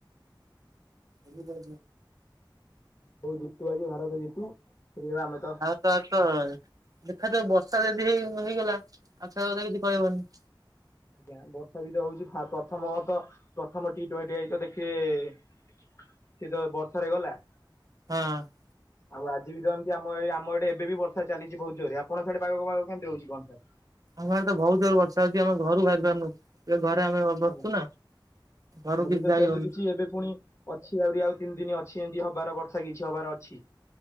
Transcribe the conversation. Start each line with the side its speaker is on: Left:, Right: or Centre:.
Right: <inaudible> ତ
Left: ବୋଉ ଜିତୁ ଆଜି ଭାରତ ଜିତୁ ସେତିକି ଆମେ ତ
Right: ତ ଦେଖାଯାଉ ବର୍ଷା ଯଦି ହେଇ ମିଳିଗଲା ଆଖ କଥା କିଛି କହିବନି
Left: ଆଜ୍ଞା ବର୍ଷା ବି ତ ହଉଛି ପ୍ରଥମ ତ ପ୍ରଥମ ଟି ଟ୍ୱଣ୍ଟି ଆଇ ତ ଦେଖିବେ ସେଏ ତ ବର୍ଷାରେ ଗଲା
Right: ହ୍ନା
Left: ଆଉ ଆଜି ବି ତମତି ଆମ ଏ ଆମ ଏଇେ ଏବେ ବିର୍ଷ ଚାଲିଛିହୁ ଜୋରେ ଆପଣ ସଆଡେ ପାାଗ ପାାଗ କେମିତି ରହୁଛି କଣ ସାର୍
Right: ଆମଆଡେ ତ ବହୁତ ଜୋର ବର୍ଷା ହଉଛି ଆମେ ଘରୁ ବାହାର ପାରୁନୁ। ଏ ଘରେ ଆମେ ବ ବସିଛୁ
Left: ଆଜ୍ଞା।
Right: ନା ଘରକୁ
Left: ଆମର ବି
Right: କିଛି
Left: ତ
Right: ଯାଇହଉନି
Left: ସେମିତି କିଛି ଏବେ ପୁଣି ଅଛି ଆହୁରି ଆଉ ତିନି ଦିନ ଅଛି ଏମିତି ହବାର ବର୍ଷା କିଛି ହବାର ଅଛି।